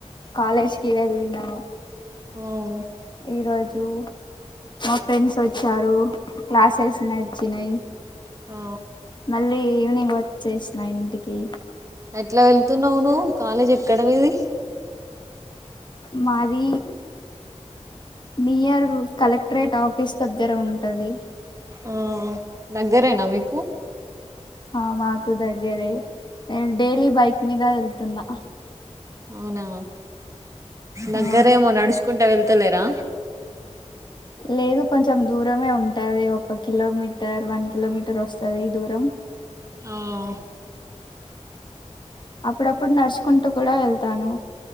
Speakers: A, on the left; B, on the right.
A: కాలేజ్ కి వెళ్ళినా
B: ఓ
A: ఈ రోజు మా ఫ్రెండ్స్ వచ్చారు క్లాసెస్ నచ్చినయి
B: ఆ
A: మళ్ళీ ఈ వినింగ్ వచ్చేసిన ఇంటికి
B: ఎట్ల వెళ్తున్నావు నువ్వు కాలేజ్ ఎక్కడ నీది
A: మాది న్యూయర్ కలెక్టరేట్ ఆఫీస్ దగ్గర ఉంటది
B: ఆ దగ్గరేనా మీకు
A: ఆ మాకు దగ్గరే నేను డైలీ బైక్ మీద వెళ్తున్నా
B: అవునా నగ్గరేమ
A: ఆ
B: నడుస్ కుంటా వెళ్తలేరా
A: లేదు కొంచెం దూరమే ఉంటది ఒక కిలోమీటర్ వన్ కిలోమీటర్ వస్తుంది ఈ దూరం
B: ఆఓ
A: అప్పుడప్పుడు నడుచు కుంటూ కూడా వెళ్తాను